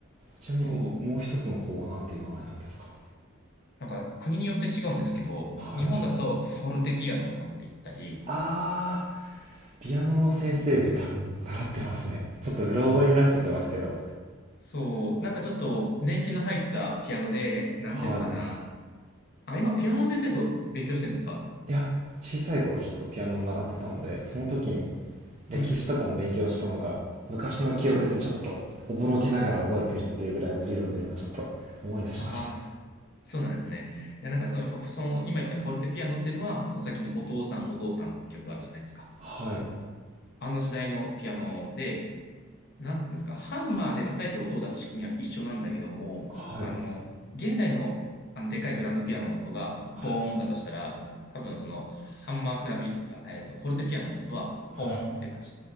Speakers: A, on the right; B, on the left.
A: ちなみにもう一つの方はなんていう名前なんですか
B: そう。なんか国によって違うんですけど、
A: はい
B: 日本だとフォルテピアノとかって言ったり、
A: あーピアノの先生で多分習ってますねちょっとうろ覚えになっちゃってますけど
B: そう、なんかちょっと年季の入ったピアノで、なんていうのかな。
A: はい
B: あ、今ピアノの先生と勉強してるんですか
A: いや小さい頃ちょっとピアノを習ってたのでその時に歴史とかも勉強したのが昔の記憶でちょっとおぼろげながら覚えてるっていうぐらいの流度で今ちょっと思い出しました
B: うんうん。うん。ああ、そそうなんですね。いや、なんかその、やっぱその、今言ったフォルテピアノっていうのは、そのさっきのお父さんお父さんの曲あるじゃないですか。
A: はい
B: あの時代のピアノで、なんていうんですか、ハンマーで叩いて音を出す仕組みは一緒なんだけども、
A: はい
B: あの、現代の、あのでかいグランドピアノの音がボーンだとしたら、
A: はい
B: 多分そのハンマークラビ、あえっと、フォルテピアノの音はポーンって感じ。
A: はいへ